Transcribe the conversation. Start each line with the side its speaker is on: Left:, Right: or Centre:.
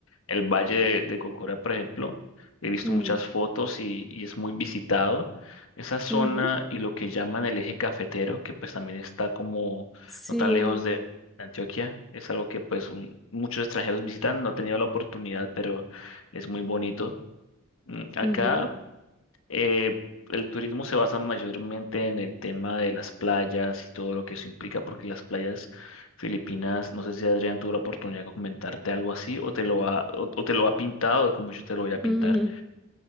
Left: El Valle de, de Cocora, por ejemplo, he visto
Centre: Mm,
Left: muchas fotos y, y es muy visitado. Esa zona
Centre: ujú.
Left: y lo que llaman el eje cafetero, que pues también está como
Centre: Sí.
Left: no tan lejos de Antioquia, es algo que pues un- muchos extranjeros visitan. No he tenido la oportunidad, pero es muy bonito. Mm, Acá
Centre: Ujú,
Left: eh, el turismo se basa mayormente en el tema de las playas y todo lo que eso implica, porque las playas filipinas, no sé si Adrián tuvo la oportunidad de comentarte algo así o te lo ha, o, o te lo ha pintado como yo te lo voy a pintar.
Centre: ujú,